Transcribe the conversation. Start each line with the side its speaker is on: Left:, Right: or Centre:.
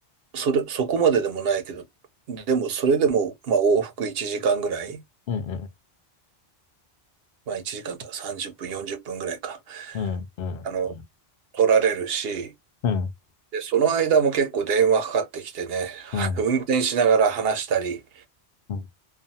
Right: それ、そこまででもないけど、でもそれでも、まあ往復1時間ぐらい、
Left: うん。
Right: まあ1時間とか30分、40分ぐらいか、
Left: うん。うん。
Right: あの、
Left: うん。
Right: 取られるし、
Left: うん。
Right: で、その間も結構電話かかってきてね、<laughs>
Left: うん。
Right: 運転しながら話したり、
Left: うん。